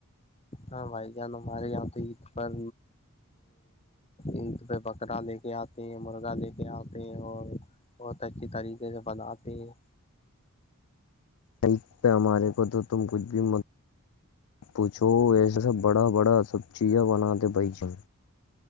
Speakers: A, on the left; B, on the left.
A: ہاں بھائی جان ہمارے یہاں تو عید پر عید پہ بکرا لے کے آتے ہیں مرغا لے کے آتے ہیں اور بہت اچھی طریقے سے بناتے ہیں
B: ہیلتھ پہ ہمارے کو تو تم کچھ بھی م پوچو ایسا سب بڑا بڑا سب چیزیں بناتے بھائی جان